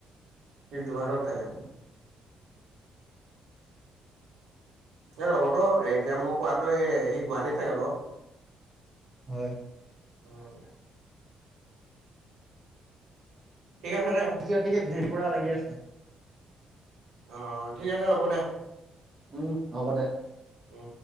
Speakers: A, on the right (about 80°); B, on the right (about 30°).
A: সি যোৰহাটত থাকে। এই লগৰতো এতিয়া মোক কোৱাটো সেই সি গুৱাহাটী থাকে বাৰু
B: হয়।
A: উম ঠিক আছে দে
B: ে ভে <unintelligible> পুৰা লাগি আছে।
A: অ' ঠিক আছে হ'ব দে।
B: উম হ'ব দে।
A: উম